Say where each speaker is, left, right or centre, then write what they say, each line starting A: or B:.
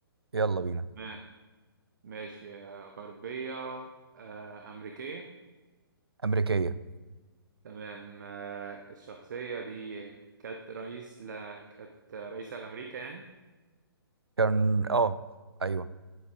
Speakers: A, on the right (about 75°); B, on the right (about 50°).
A: يلا بينا
B: تمام ماشي آه، غربية آه أمريكية
A: امريكيه
B: تمام آه الشخصية دي كانت رئيس ل... كانت رئيسة لأمريكا يعني
A: كان اه ايوه